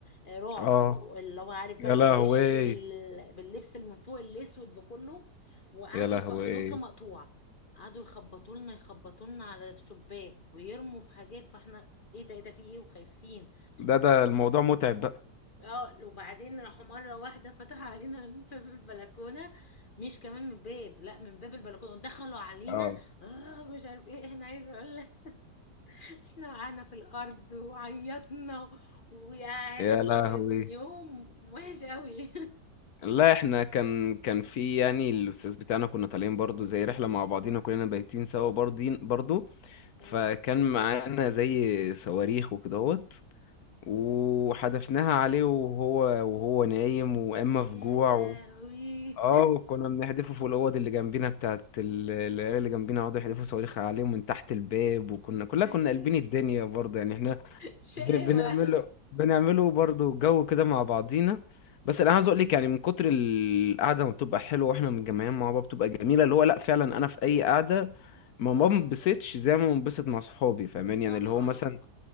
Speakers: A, on the left (about 35°); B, on the left (about 65°).
A: آه، رعب
B: اه
A: اللي هو عارف
B: يا
A: بقى
B: لهوي
A: بالوش بال... باللبس اللي من فوق الاسود بكله وقعدوا
B: يا لهوي
A: يخ... النور كان مقطوع قعدوا يخبطوا لنا يخبطوا لنا على الشباك ويرموا في حاجات فاحنا ايه ده ايه ده في ايه وخايفين
B: ده ده الموضوع متعب بقى
A: اه وبعدين راحوا مرة واحدة فتحوا علينا <laughs> باب البلكونة مش كمان من الباب لا من باب البلكونة دخلوا علينا
B: اه
A: اه مش عارف ايه احنا عايزة اقول لك <laughs> احنا وقعنا في الارض وعيطنا ويعني
B: يا لهوي
A: كان يوم وحش قوي
B: لا احنا كان كان في يعني الاستاذ بتاعنا كنا طالعين برضو زي رحله مع بعضينا كلنا بايتين سوا برضين برضو
A: <laughs> اه
B: فكان معانا زي صواريخ وكدهوت وحدفناها عليه وهو وهو نايم واما
A: يا
B: في جوع
A: لهوي
B: و... اه وكنا بنحدفه فوق الاوض اللي جنبينا بتاعت ال- العيال اللي جنبينا قعدوا يحدفوا صواريخ عليهم من تحت الباب وكنا
A: <laughs>
B: كلنا
A: احي
B: كنا قلبين الدنيا برضه يعني احنا
A: شقاوة
B: ب- بنعمله بنعمله برضو جو كده مع بعضينا بس انا عايز اقول لك يعني من كتر القعده ما بتبقى حلوه واحنا متجمعين مع بعض بتبقى جميله اللي هو لا فعلا انا في اي قعده ما
A: اه
B: ما بنبسطش زي ما بنبسط مع صحابي فاهمين يعني
A: طبعا
B: اللي هو مثلا